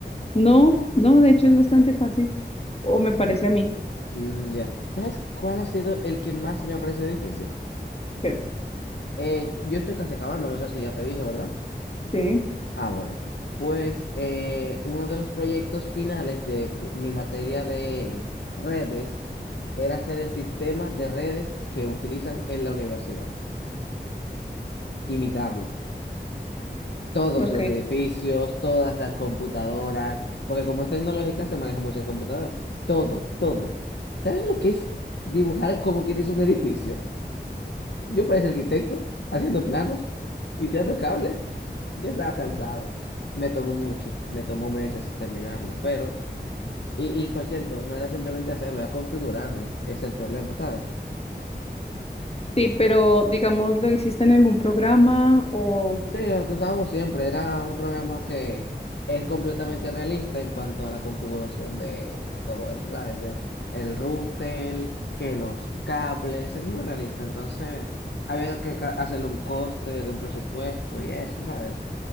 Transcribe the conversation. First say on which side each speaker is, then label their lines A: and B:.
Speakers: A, on the left; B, on the left.
A: No, no, de hecho es bastante fácil. O me parece a mí.
B: Mm, ya. ¿Sabes cuál ha sido el que más me ha parecido difícil?
A: Sí,
B: Eh, yo estoy casi acabando, no sé si ya te dije, ¿verdad?
A: sí,
B: Ah, bueno. Pues eh, uno de los proyectos finales de u- mi materia de redes era hacer el sistema de redes que utilizan en la universidad. Imitarlo. Todos
A: ok.
B: los edificios, todas las computadoras, porque como es tecnológica se manejan muchas computadoras. Todo, todo. ¿Sabes lo que es dibujar como quieres un edificio? Yo parecía arquitecto, haciendo planos y tirando cables. Ya estaba cansado. Me tomó mucho, me tomó meses terminarlo, pero... Y, y por cierto, no era simplemente hacerlo, era configurarlo, que es el problema, ¿sabes?
A: Sí, pero digamos, ¿lo hiciste en algún programa o
B: Sí, el que usábamos siempre era un programa que es completamente realista en cuanto a la configuración de, de todo eso, ¿sabes? De el router, que los cables, es muy realista, entonces había que ca- hacerle un coste de un presupuesto y eso, ¿sabes?